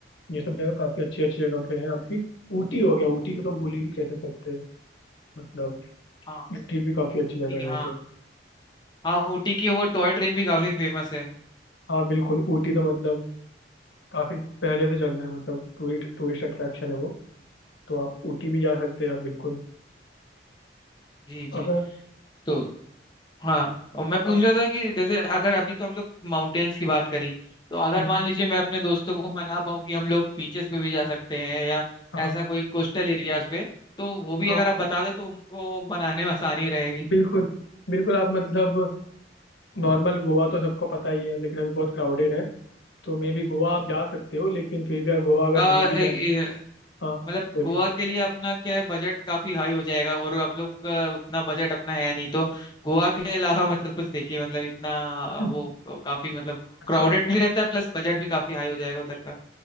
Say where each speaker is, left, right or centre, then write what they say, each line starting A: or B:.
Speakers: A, on the left (about 80°); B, on the left (about 25°).
A: ये सब जगह काफ़ी अच्छी अच्छी जगह पे है आपकी ऊटी हो गया ऊटी को तो भूल ही नहीं कैसे सकते मतलब
B: हाँ
A: ऊटी भी काफ़ी अच्छी
B: ऊटी
A: जगह
B: की-
A: है
B: हाँ
A: वैसे
B: हाँ ऊटी की वो टॉय ट्रेन भी काफी फेमस है
A: हाँ बिल्कुल ऊटी तो मतलब काफ़ी पहले से चलना है मतलब टूरिस्ट टूरिस्ट अट्रैक्शन है वो तो आप ऊटी भी जा सकते हैं आप बिल्कुल
B: जी जी
A: अगर
B: तो हाँ और मैं पूछ
A: आप
B: रहा था कि जैसे अगर अभी तो हम लोग माउंटेन्स की बात करी तो अगर
A: हम्म,
B: मान लीजिए मैं अपने दोस्तों को मना पाऊँ कि हम लोग बीचेस पे भी जा सकते हैं या
A: हाँ
B: ऐसा कोई कोस्टल एरियाज पे तो वो भी
A: हाँ
B: अगर आप बता दे तो उनको मनाने में आसानी रहेगी
A: बिल्कुल बिल्कुल आप मतलब नॉर्मल गोवा तो सबको पता ही है लेकिन अभी बहुत क्राउडेड है तो मे बी गोवा
B: हम्म
A: आप जा सकते हो लेकिन फिर भी आप गोवा अगर
B: अ,
A: नहीं भी
B: ए-
A: जाए
B: ए-
A: हाँ
B: मतलब
A: बोलिए
B: गोवा के लिए अपना क्या है बजट काफी हाई हो जाएगा और आप लोग का उतना बजट अपना है नहीं तो गोवा के अलावा मतलब कुछ देखिए मतलब इतना
A: हम्म,
B: वो काफी मतलब
A: अच्छा
B: क्राउडेड भी रहता है प्लस बजट भी काफी हाई हो जाएगा उधर का